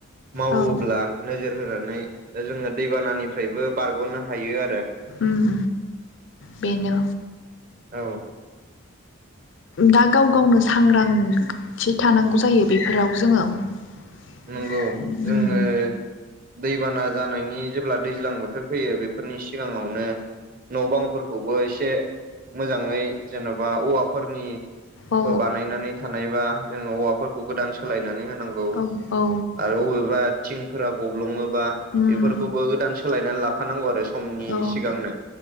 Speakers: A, on the right; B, on the left.
A: मावोब्ला
B: औ
A: नोजोर होना नै जोङो दै बानानिफ्रायबो बारग'नो हायो आरो ।
B: उम बेनो
A: औ
B: दा गाव गावनो सांग्रां - थि थानांगौ जायो बेफोराव जोङो ।
A: नंगौ जोङो
B: उम
A: दैबाना जानायनि जेब्ला दैज्लां बोथोर फैयो बेफोरनि सिगाङावनो न' बांफोरखौबो इसे मोजाङै जेन'बा औवाफोरनि
B: औ
A: बो बानायनानै थानायबा जोङो औवाफोरखौ गोदान सोलायनानै होनांगौ
B: औ औ
A: आरो अबेबा थिंफोरा गब्लङोबा
B: उम
A: बेफोरखौबो गोदान सोलायनानै लाखानांगौ आरो समनि
B: औ
A: सिगांनो